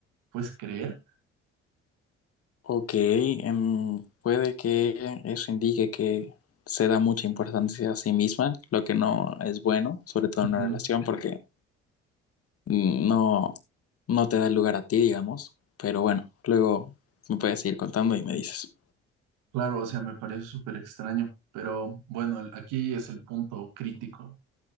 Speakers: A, on the right; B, on the left.
A: ¿puedes creer?
B: Ok, em, puede que eso indique que se da mucha importancia a sí misma, lo que no es bueno, sobre todo
A: Ujú.
B: en una relación, porque no, no te da el lugar a ti, digamos, pero bueno, luego me puedes ir contando y me dices.
A: Claro, o sea, me parece súper extraño, pero bueno, el- aquí es el punto crítico.